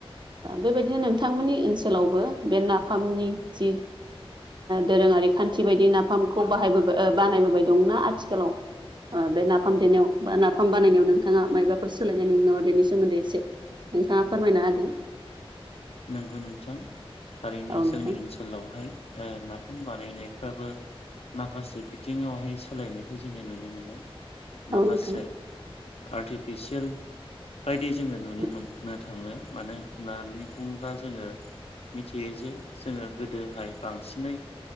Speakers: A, on the right; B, on the left.
A: बेबायदिनो नोंथांमोननि ओनसोलावबो बे नाफामनि जि दोरोंङारि खान्थि बायदि नाफामखौ बाहायबो बानायबोबाय दंना आथिखालाव बे नाफाम देनायाव बा नाफाम बानायनायाव नोंथांङा मायबाफोर सोलायनाय नुनो नामा बेनि सोमोन्दै एसे नोंथांङा फोरमायना होदो।
B: नंगौ नोंथां थारैनो
A: औ नोंथां
B: जोंनि ओनसोलाव जोंनि ओसोलावहाय नाफाम बानायनायबो माखासे बिथिंङावहाय सोलायनायखौ जोंङो नुनो मोनो। माखासे
A: औ नोंथां
B: आर्टिफिसियेल बायदि जोंङो
A: औ
B: नुनो मोननो थांङो मानो होनोब्ला? बा जोंङो मिथियो जे जोंङो गोदोहाय बांसिनै